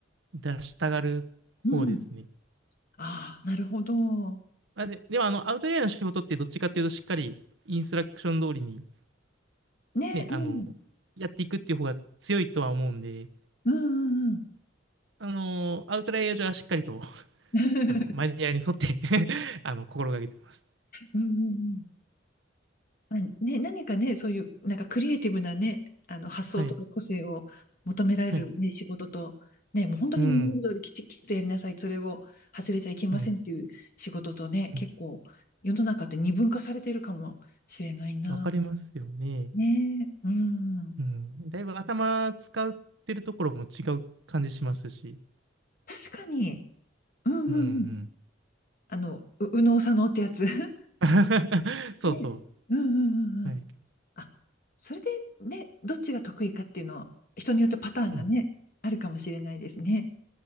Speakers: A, on the right; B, on the left.
A: 出したがる方ですね。
B: うんうん。ああ、なるほど。
A: あ、で、でもあの、アウトレイヤーの仕事ってどっちかっていうと、しっかりインストラクション通りに、
B: ね、
A: ね、
B: うん。
A: あの、やっていくっていう方が強いとは思うんで、
B: うんうんうん。
A: あの、アウトレイヤー上はしっかりと、<laughs>
B: <laughs>
A: あの、マニュアルに沿って <laughs> あの、心がけてます。
B: うんうんうん。まあ、ね、何かね、そういう、なんかクリエイティブなね、あの、発想とか個性を求められるね、
A: はい、はい。
B: 仕事と、ね、もう本当にマニュアル通りきちっきちっとやりなさい、
A: うん、
B: それを外れちゃいけませんっていう仕事とね、
A: うん、うん。
B: 結構、世の中って二分化されてるかもしれないな。
A: わかりますよね。
B: ね、うん。
A: うん。だいぶ頭使ってるところも違う感じしますし。
B: 確かに、うんうんうん。
A: うん、うん。
B: あの、う右脳左脳ってやつ。<laughs>
A: <laughs> そうそ
B: ね。うんうんうんうん。
A: う。はい。
B: あ、それでね、どっちが得意かっていうの、人によってパターンがね、
A: うん。
B: あるかもしれないですね。